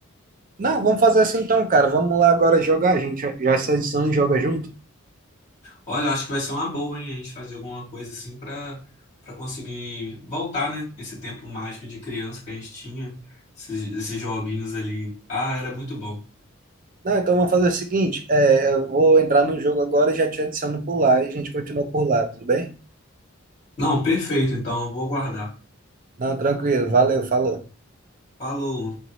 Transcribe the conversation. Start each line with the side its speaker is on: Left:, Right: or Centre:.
Right: Não, vamos fazer assim então, cara. Vamos lá agora jogar. A gente já já se adiciona e joga junto.
Left: Olha, eu acho que vai ser uma boa, hein? A gente fazer alguma coisa assim para para conseguir voltar, né? Esse tempo mágico de criança que a gente tinha, esses, esses joguinhos ali. Ah, era muito bom.
Right: Não, então vamos fazer o seguinte: é, eu vou entrar no jogo agora e já te adiciono por lá e a gente continua por lá, tudo bem?
Left: Não, perfeito. Então, eu vou aguardar.
Right: Não, tranquilo. Valeu, falou.
Left: Falou.